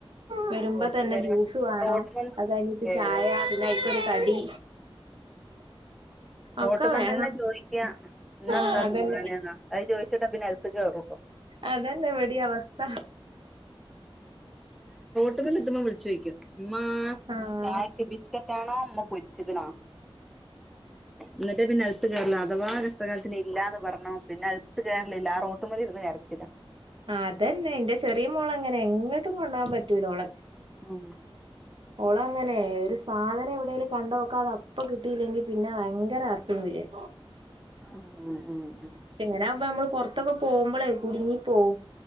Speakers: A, on the right (about 60°); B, in the centre.
A: വരുമ്പോ
B: ഓൽക്ക്
A: തന്നെ
B: ഇവരെ
A: ജ്യൂസ് വേണം.
B: റോട്ട്മന്ന്
A: അത് കഴിഞ്ഞിട്ട്
B: ഏഹ്
A: ചായ പിന്നെ അയ്ക്കൊരു കടി
B: റോട്ടുമെന്നന്നെ
A: ഒക്കെ വേണം
B: ചോദിക്കാ ഇന്ന്
A: ആഹ്
B: എന്താ
A: അതന്നെ
B: തിന്നാനേന്നാ. അത് ചോദിച്ചിട്ടാ പിന്നെ അക ത്ത് കേറുട്ടോ
A: അതന്നെ ഇവിടേം അവസ്ഥ.
B: <unintelligible> വിളിച്ച് ചോയ്ക്കും ഉമ്മാ
A: ആഹ്
B: ഇന്ന് ചായക്ക് ബിസ്ക്കറ്റ് ആണോ? ഉമ്മ പൊരിച്ച്ക്ക്ണാ? എന്നട്ട് പിന്നെ അകത്ത് കേറലാ അഥവാ കഷ്ടകാലത്തിന് ഇല്ലാന്ന് പറഞ്ഞോ പിന്നെ അകത്ത് കേറലില്ല. ആഹ് റോട്ടുമേലിരുന്ന് കരച്ചിലാ.
A: അതന്നെ എൻ്റെ ചെറിയ മോള് അങ്ങനെയാ എങ്ങോട്ടും കൊണ്ടോകാൻ പറ്റൂലോളെ.
B: ഉം
A: ഓള് അങ്ങനെ ഒരു സാധനം എവടേലും കണ്ടാ ഓക്ക് അത് അപ്പ കിട്ടിയില്ലെങ്കി പിന്നെ ഭയങ്കര ആർപ്പും വിളിയാ.
B: ഉം ഉം ഉം
A: ക്ഷേ ഇങ്ങനെയാവുമ്പേ നമ്മള് പൊറത്തൊക്കെ പോമ്പോളേ കുടുങ്ങി പോവും.